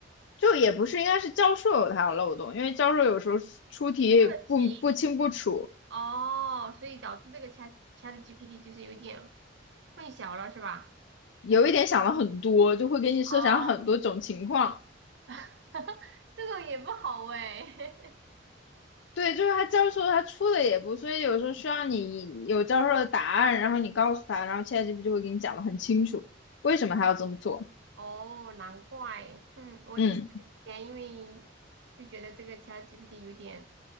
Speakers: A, on the left (about 65°); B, on the right (about 65°).
A: 就也不是，应该是教授有他的漏洞，因为教授有时候出题不不清不楚，
B: 出了题哦，所以导致这个 Chat ChatGPT 就是有点混淆了是吧？
A: 有一点想了很多，就会给你设想很多种情况。
B: 哦，<laughs> 这种也不好哎。
A: 对，就是他教授他出的也不，所以有时候需要你有教授的答案，然后你告诉他，然后现在这 t 就会给你讲的很清楚，为什么他要这么做。
B: <laughs> 哦，难怪。嗯，我就是以前因为
A: 嗯
B: 就觉得这个 ChatGPT 有点，